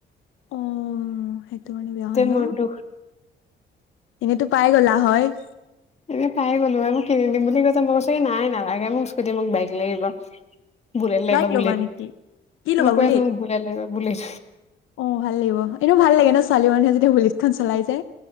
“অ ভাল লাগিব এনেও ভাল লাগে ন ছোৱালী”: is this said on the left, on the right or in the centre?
Left